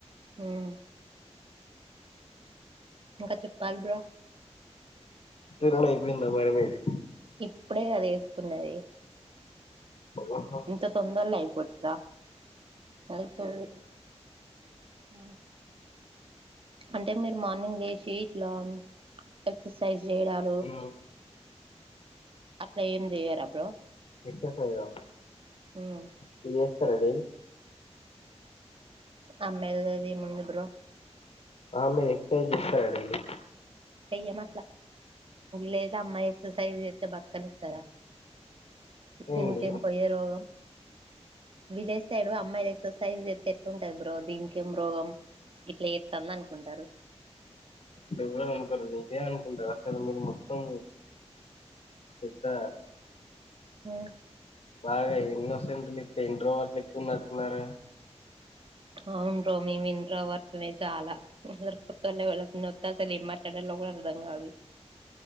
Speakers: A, on the right; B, on the left.
A: ఉమ్ ఇంకా చెప్పాలి బ్రో
B: ఇ టైపు ఎంద మరమేది
A: ఇప్పుడే చదివేస్కున్నది ఇగ
B: ఓహో
A: ఇంత తొందరలే అయిపోతదా ఉహూ ఉమ్ అంటే మీరు మార్నింగ్ లేసి ఇట్లా ఎక్సర్సైజ్ చేయడామ్
B: ఉమ్
A: అట్లా ఏం చెయ్యరా బ్రో
B: ఎక్సర్సైజ్ ఆ
A: ఉమ్
B: మీరు చేస్తారా డైలీ
A: అమ్మాయిలది అది ఏం ఉంది బ్రో
B: ఆ మీరు ఎక్సర్సైజ్ చేస్తారా డైలీ
A: చేయన్ అట్లా లేదు అమ్మాయి ఎక్సర్సైజ్ చేస్తే బతకనిస్తారా దీనికేం
B: ఏంటి
A: పోయ్యే రోగం విలేజ్ సైడ్ అమ్మాయిలు ఎక్సర్సైజ్ జేస్తే ఎట్లుంటది బ్రో దీనికి ఏం రోగం ఇట్లా చేస్తాంది అనుకుంటారు
B: మేము ఏమి అనుకోను నువ్వే అనుకుంటావ్ అసలు మీకు మొత్తం పెద్ద
A: ఉమ్
B: బాగా ఇన్నోసెంట్ విత్ ఇంట్రోవాట్ లేక్ ఉన్నటు ఉన్నారే
A: అవును బ్రో మేం ఇంట్రావాట్ మే చాలా <unintelligible> నొత్త అసలు ఏం మాట్లాడాలో కూడా అర్థం కాదు